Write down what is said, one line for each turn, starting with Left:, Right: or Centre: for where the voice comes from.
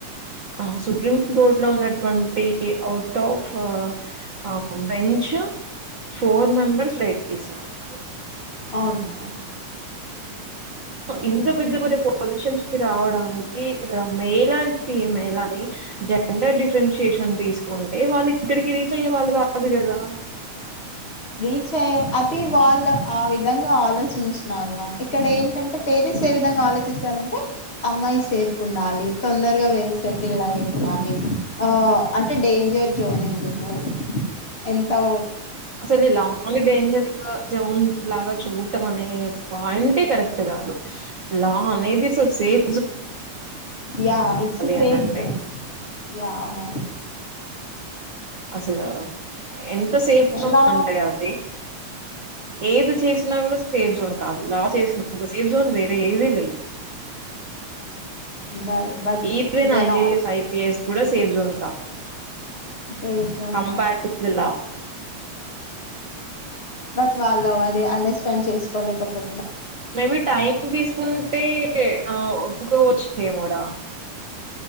Right: ఆ సుప్రీం కోర్టు లో ఉన్నటువంటి అవుట్ ఆ ఫ్ ఆ బెంచ్ ఫోర్ మెంబర్స్ లైట్ తీసే ఉన్నారు
Left: అవునుమామ్
Right: ఇంత పెద్ద పెద్ద పొజిషన్స్ కి రావడానికి ఇక్కడ మెయిల్ అండ్ ఫీమెల్ అని జెండర్ డిఫరెన్షియేషన్ తీసుకుంటే వాళ్ళు ఇక్కడికి రీచ్ అయ్యే వాళ్ళు కాదు కదా
Left: రీచ్ అయ్య అది వాళ్ళు ఆ విధంగా ఆలోచించినర్ మా ఇక్కడ ఏంటంటే పేరెంట్స్ ఏ విధంగా ఆలోచిస్తారంటే అమ్మాయి సేఫ్ ఉండాలి తొందరగా వెల్ సెటిల్ లైఫ్ కానీ ఆ అంటే డేంజర్ జోన్ ఎందుకు ఎంత ఉన్
Right: అసలు ఇలాంగ్ డేంజర్ ఇ జన్ లాగా చూట్ట మనే పాయింటే కరెక్ట్ కాదు లా అనేది so same
Left: yeah it's a ఫేక్
Right: అని అంటే
Left: జోన్ యా మామ్
Right: అసలు ఎంత సేఫ్గా
Left: లా
Right: అంటే అది ఏది చేసినా కూడా సేఫ్ జోన్ కాదు లా చేసినంత సేఫ్ జోన్ వే లేదే లేదు
Left: ఉండాలి బట్
Right: ఈప్రేన్
Left: దే
Right: ఐఐఎస్
Left: నాట్
Right: ఐపిఎస్ కూడా సేఫ్ జోన్ కాదు
Left: సే చోంట
Right: compare to the law
Left: but వాళ్ళు అది అండర్స్టాండ్ చేసుకోలేకపో
Right: మేబి టైం తీసుకుంటే ఎ ఒప్పుకొవచ్చేమోరా